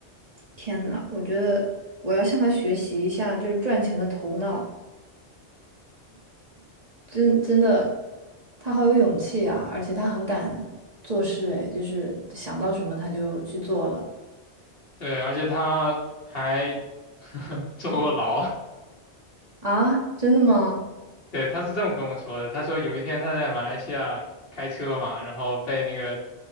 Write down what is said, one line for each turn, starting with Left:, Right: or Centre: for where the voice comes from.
Right: 天呐，我觉得我要向他学习一下，就是赚钱的头脑，真真的，他好有勇气啊，而且他很敢做事，哎，就是想到什么他就去做了
Left: 对，而且他还 <laughs> 坐过牢。
Right: 啊，真的吗？
Left: 对，他是这么跟我说的。他说有一天他在马来西亚开车嘛，然后被那个